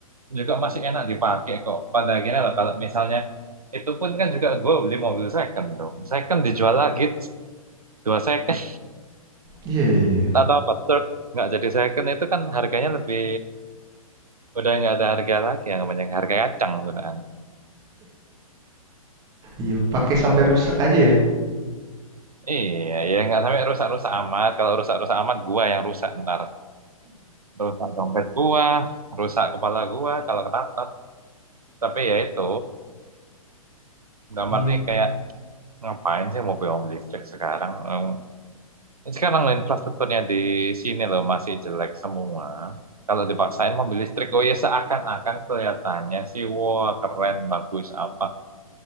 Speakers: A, on the right; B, on the right.
A: juga masih enak dipakai kok. Pada akhirnya lah kalau misalnya itu pun kan juga gue beli mobil second dong. Second dijual lagi dua second
B: Iya iya
A: <laughs>
B: iya.
A: Atau apa? Third nggak jadi second itu kan harganya lebih udah nggak ada harga lagi yang banyak harga kacang tuh kan.
B: Iya, pakai sampai rusak aja ya.
A: Iya, ya nggak sampai rusak-rusak amat. Kalau rusak-rusak amat, gua yang rusak ntar. Rusak dompet gua, rusak kepala gua kalau ketatap. Tapi ya itu, gambarnya
B: Iya.
A: kayak ngapain sih mobil-mobil listrik sekarang? Em, Sekarang loh infrastrukturnya di sini loh masih jelek semua. Kalau dipaksain mobil listrik, oh ya seakan-akan kelihatannya sih, wah keren, bagus apa.